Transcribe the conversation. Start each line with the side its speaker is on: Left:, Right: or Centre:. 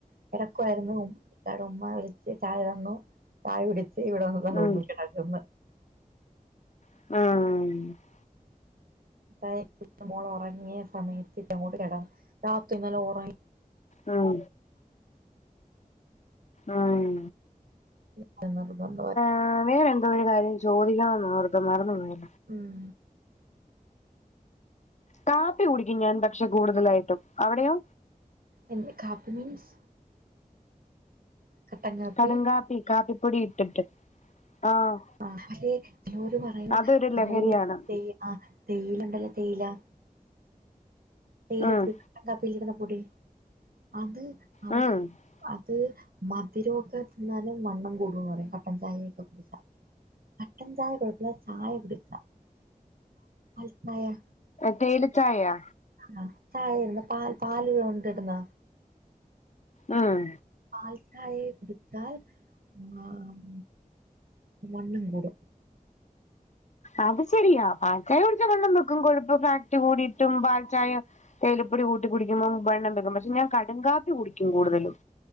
Right: കെടക്കുവായ്രുന്നു ഇത്താടെ ഉമ്മ വിളിച്ച് ചായ തന്നു. ചായ കുടിച്ച് ഇവിടെ വന്ന് താ റൂമി
Left: ഉം
Right: കെടക്ക്ന്ന്.
Left: ആഹ്.
Right: ഇപ്പ മോള് ഒറങ്ങിയ സമയത്ത് ഇങ്ങോട്ട് കെടന്നു രാത്രി ഇന്നലെ ഒറ
Left: ഉം ആഹ്
Right: <unintelligible>
Left: ആ വേറെ എന്തോ ഒരു കാര്യം ചോദിക്കണം എന്ന് ഓർത്തു മറന്നു പോയ്‌
Right: ഉം
Left: കാപ്പി കുടിക്കും ഞാൻ പക്ഷെ കൂടുതലായിട്ടും അവിടെയോ
Right: എന്ത് കാപ്പി മീൻസ് കട്ടൻ കാപ്പി
Left: കടുംകാപ്പി കാപ്പിപ്പൊടി ഇട്ടിട്ട് ആഹ്.
Right: ആരെ ചെലോര് പറയ്ന്ന്
Left: അതൊരു
Right: നമ്മള്
Left: ലഹരിയാണ്
Right: ഈ തേ ആ തേ <unintelligible> യിലണ്ടല്ലോ തേയിലാ തേയിലപ്പൊടി
Left: ഉം
Right: കട്ടൻകാപ്പിൽല് ഇടുന്ന പൊടി അത് അവക്ക്
Left: ഉം
Right: അത് മധുരൊക്കെ തിന്നാലും വണ്ണം കൂടും എന്ന് പറയും കട്ട ചായൊക്കെ കുടിച്ചാ. കട്ട ചായ കൊഴപ്പമില്ല ചായ കുടി <unintelligible> ചാ മനസ്സിലായോ
Left: തേയില ചായയൊ
Right: ആ ചായയിടുന്ന പാൽ പാല് കൊണ്ടിടുന്നയൊ
Left: ഉം
Right: പാൽചായേ കുടിച്ചാൽ ആഹ് വണ്ണം കൂടും.
Left: അത് ശരിയാ പാൽചായ കുടിചാ വണ്ണം വെക്കും കൊഴുപ്പ് ഫാക്റ്റ് കൂടിട്ടും പാൽചായ തേയിലപ്പൊടി കൂട്ടി കുടിക്കുമ്പോ വണ്ണം വെക്കും പക്ഷെ ഞാ കടുംകാപ്പി കുടിക്കും കൂടുതലും